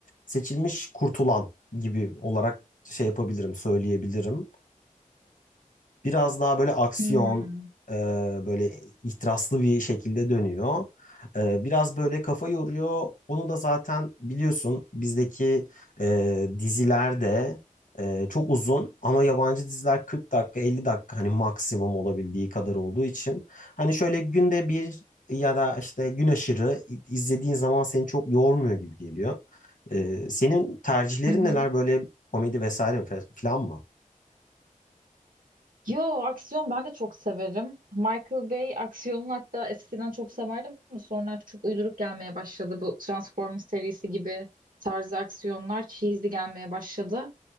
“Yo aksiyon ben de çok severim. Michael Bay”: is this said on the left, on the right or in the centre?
Right